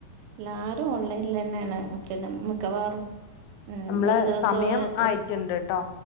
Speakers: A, on the right (about 85°); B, on the left (about 85°).
A: എല്ലാരും ഓൺലൈ ല്ലന്നേണ് പിന്നെ മിക്കവാറും ഉം
B: അമ്ലെ
A: ഒരു ദിവസം
B: സമയം ആയിട്ട്ണ്ട് ട്ടോ